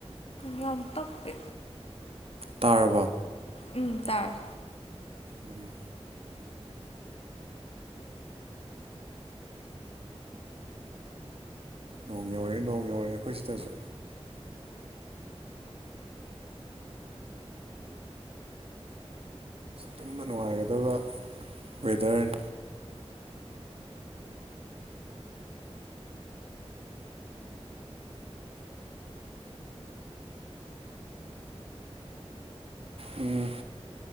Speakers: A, on the left; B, on the right.
A: ꯌꯥꯝ ꯇꯞꯄꯦ
B: ꯇꯥꯔꯕꯣ
A: ꯎꯝ ꯇꯥꯏ
B: ꯎꯝ ꯅꯣꯡ ꯌꯧꯔꯑꯦ ꯅꯣꯡ ꯌꯧꯔꯛꯑꯦꯈꯣꯏ ꯁꯤꯗꯁꯨ ꯇꯨꯝꯕ ꯅꯨꯡꯉꯥꯏꯒꯗꯕ ꯋꯦꯗꯔꯟ ꯎꯝ